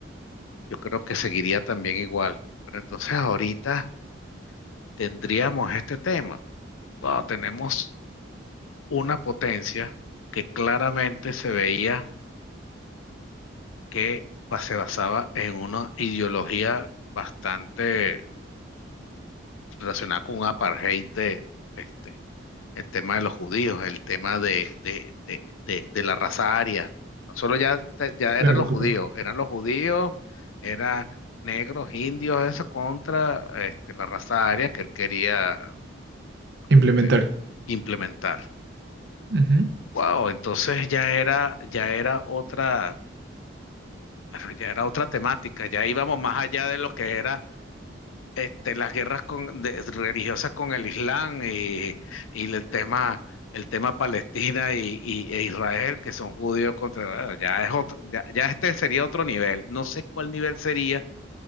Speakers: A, on the left (about 90°); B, on the right (about 55°).
A: Yo creo que seguiría también igual. Pero entonces ahorita tendríamos este tema. Wow, tenemos. una potencia que claramente se veía que ba- se basaba en una ideología bastante relacionada con un apartheid de este, el tema de los judíos, el tema de, de, de, de, de la raza aria. No solo ya, te- ya
B: claro,
A: eran los
B: claro.
A: judíos, eran los judíos, eran negros, indios, eso contra este, la raza aria que él quería
B: Implementar.
A: este, implementar.
B: Ujú,
A: Wow, entonces ya era, ya era otra. pero ya era otra temática, ya íbamos más allá de lo que era este, las guerras con- de- religiosas con el Islam y, y el tema, el tema Palestina y, y- e Israel, que son judíos contra, bueno, ya es otro, ya, ya este sería otro nivel. No sé cuál nivel sería,